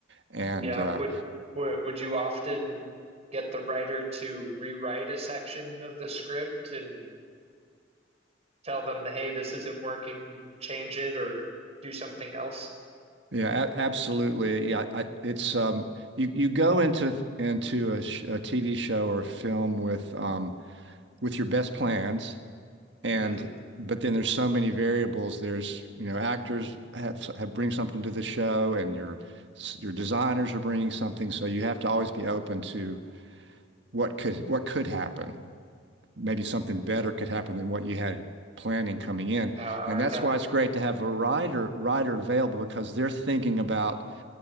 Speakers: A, on the right; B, on the right.
A: <laughs>
B: And
A: Yeah,
B: uh,
A: would, would would you often get the writer to rewrite a section of the script and tell them hey, this isn't working, change it or do something else?
B: yeah, a absolutely. Yeah, I, it's um, you you go into into a, sh a TV show or a film with um, with your best plans and
A: hmm
B: but then there's so many variables. There's, you know, actors have have bring something to the show, and your your designers are bringing something. So you have to always be open to what could what could happen. Maybe something better could happen than what you had planning coming in.
A: Uh,
B: And that's
A: yeah,
B: why it's great to have a writer writer available because they're thinking about